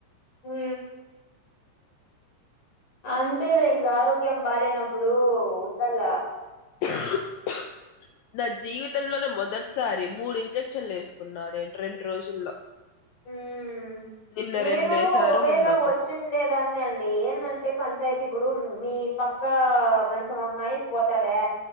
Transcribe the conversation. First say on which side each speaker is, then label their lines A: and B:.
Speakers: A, on the left; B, on the left.
A: మ్ అంతేలే ఇంగ ఆరోగ్యం బాలేనప్పుడు ఉండల్ల
B: ఊక్ నా జీవితంలోనే మొదటిసారి మూడు ఇంజక్షన్లు వేసుకున్నా నేను రెండు రోజుల్లో
A: మ్
B: నిన్న
A: నేను
B: రెండేసారు
A: ఒకవేళ
B: మొన్న ఒకటి
A: వచ్చిండేదాన్ని అండి ఎం దంటే పంచాయతీ ఇప్పుడు మీ పక్కా మంచం అమ్మాయి పోతదా